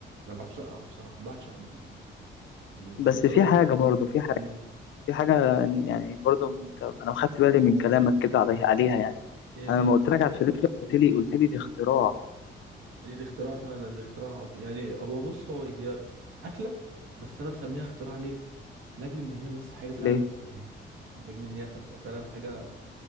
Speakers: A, on the right; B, on the left.
A: انا بعشقها بصراحة بعشق ال... الاختراع
B: بس في حاجه
A: ده
B: برضه في حاجه
A: مم.
B: في حاجه يعني برضه انت انا خدت بالي من كلامك كده علي- عليها يعني
A: ايه
B: انا
A: هي
B: لما قلت لك على الفلفله قلت لي قلت لي دي اختراع
A: دي, دي اختراع فعلا دي اختراع يعني هو بص هو هي اكلة بس انا مسميها اختراع ليه لاجل ان هي بس حاجة فعلا
B: ليه
A: لاجل ان هي ف- فعلا حاجة